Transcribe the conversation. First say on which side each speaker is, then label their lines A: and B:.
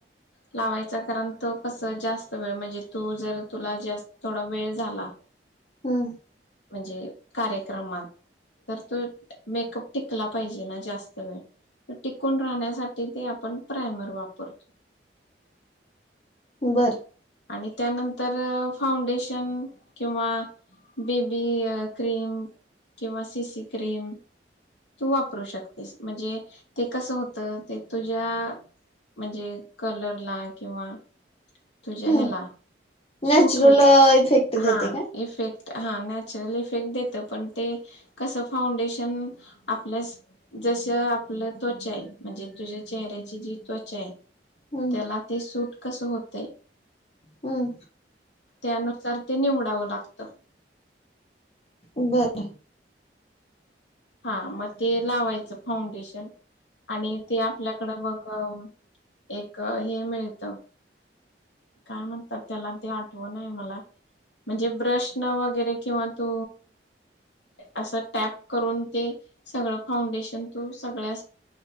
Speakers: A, on the left; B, on the left.
A: लावायचा कारण तो कस जास्त वेळ म्हणजे तू जर तुला जास्त थोडा वेळ झाला.
B: हं
A: म्हणजे कार्यक्रमात तर तो मेकअप टिकला पाहिजे ना जास्त वेळ त टिकून राहण्यासाठी ते आपण प्रायमर वापरतो.
B: बरं
A: आणि त्यानंतर फाउंडेशन किंवा बी बी क्रीम किंवा सी सी क्रीम तू वापरू शकतेस म्हणजे ते कसं होतं ते तुझ्या म्हणजे कलरला किंवा तुझ्या
B: हम्म
A: ह्याला
B: नॅचरल
A: सूट होईल
B: इफेक्ट
A: हा
B: देते काय?
A: इफेक्ट हा नॅचरल इफेक्ट देत पण ते कसं फाउंडेशन आपल्यास जस आपलं त्वचा आहे म्हणजे तुझ्या चेहऱ्याची जी त्वचा आहे.
B: हम्म
A: त्याला ते सूट कसं होतंय.
B: हं
A: त्यानुसार ते निवडावं लागतं.
B: बरं
A: हा मग ते लावायचं फाउंडेशन आणि ते आपल्याकडं बघ एक हे मिळत काय म्हणतात त्याला ते आठव नाय मला म्हणजे ब्रश न वगैरे किंवा तू असं टॅप करून ते सगळं फाउंडेशन तू सगळ्या